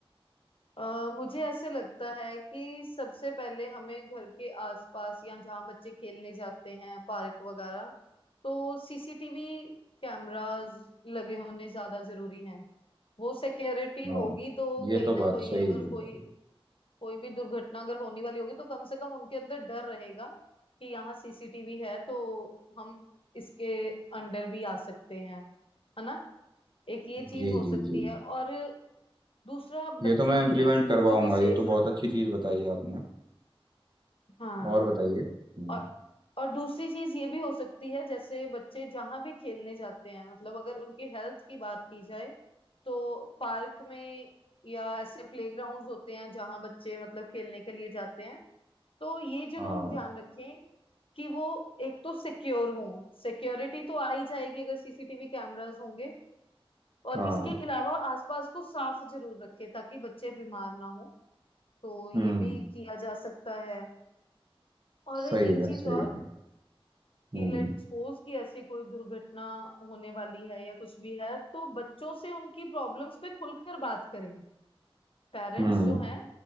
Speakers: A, on the left; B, on the right.
A: अ, मुझे ऐसे लगता है कि सबसे पहले हमें घर के आसपास या जहाँ बच्चे खेलने जाते हैं पार्क वगैरह तो सीसीटीवी कैमरास लगे होने ज्यादा जरूरी हैं वो सिक्योरिटी
B: हाँ
A: होगी तो
B: ये
A: कहीं
B: तो
A: ना
B: बात
A: कहीं
B: सही
A: अगर
B: बोला
A: कोई कोई भी दुर्घटना अगर होने वाली होगी तो कम से कम उनके अंदर डर रहेगा कि यहाँ सीसीटीवी है तो हम इसके अंडर भी आ सकते हैं है ना एक ये चीज
B: जी
A: हो सकती
B: जी जी
A: है
B: जी
A: और दूसरा बच्चों
B: ये तो मैं इम्प्लीमेंट
A: के लिए
B: करवाऊंगा
A: बच्चों को सेफ
B: ये तो
A: रख
B: बहुत अच्छी चीज़ बताई आपने
A: हाँ
B: और बताइए हम्म
A: और और दूसरी चीज ये भी हो सकती है जैसे बच्चे जहां भी खेलने जाते हैं मतलब अगर उनकी हेल्थ की बात की जाए तो पार्क में या ऐसे प्लेग्राउंड्स होते हैं जहां बच्चे मतलब खेलने के लिए जाते हैं तो ये जरूर
B: हाँ
A: ध्यान रखें कि वो एक तो सिक्योर हो सिक्योरिटी तो आ ही जाएगी अगर सीसीटीवी कैमरास होंगे और
B: हाँ
A: इसके अलावा आसपास को साफ जरूर रखें ताकि बच्चे बीमार ना हो तो ये
B: हम्म
A: भी किया जा सकता है और
B: सही
A: एक
B: है
A: चीज
B: सही
A: और
B: है
A: कि
B: हम्म
A: लेट सपोज कि ऐसी कोई दुर्घटना होने वाली है या कुछ भी है तो बच्चों से उनकी प्रॉब्लम्स पे खुलकर बात करें पेरेंट्स
B: हम्म
A: जो हैं